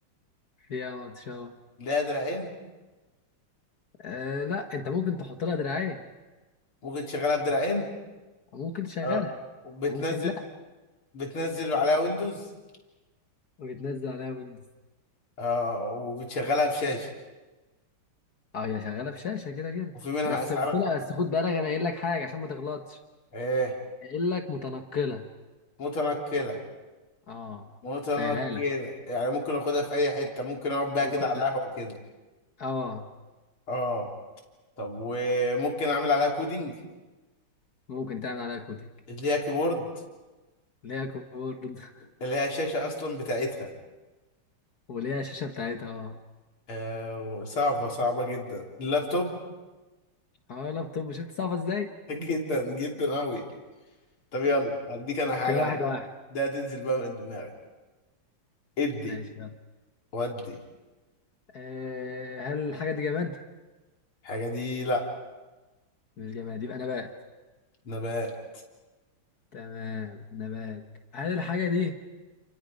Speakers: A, on the left; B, on the left.
A: فيها ماتشات
B: ليها دراعين
A: آه لا انت ممكن تحط لها دراعين
B: ممكن تشغلها بدراعين
A: ممكن تشغلها
B: اه وبتنزل
A: ممكن لا
B: بتنزل على ويندوز
A: وبتنزل عليها ويندوز
B: آه وبتشغلها بشاشة
A: اه هي شغاله بشاشه كده كده
B: وفي منها
A: بس
B: أسعار
A: قلت لها بس خد بالك انا قايل لك حاجه عشان ما تغلطش
B: إيه
A: قايل لك متنقله
B: متنقلة
A: اه
B: متنقلة
A: سهلها لك
B: يعني ممكن آخدها في أي حتة ممكن أقعد بيها
A: ممكن
B: كده على
A: ده
B: القهوة كده
A: اه
B: آه طب وممكن أعمل عليها كودينج
A: ممكن تعمل عليها كوتك
B: اللي هي كيبورد
A: ليها كيبورد <laughs>
B: اللي هي شاشة أصلا بتاعتها
A: وليها شاشه بتاعتها اه
B: آه صعبة صعبة جدا اللابتوب
A: اه لابتوب شفت صعبه ازاي
B: <laughs> جدا جدا أوي طب يلا هديك أنا حاجة
A: كده واحد
B: أنا بقى
A: واحد
B: ده تنزل بقى من دماغي ادي
A: ماشي
B: ودي
A: آه، هل الحاجة دي جماد؟
B: الحاجة دي لأ
A: مش جماد يبقى نبات
B: نبات
A: تمام نبات هل الحاجة دي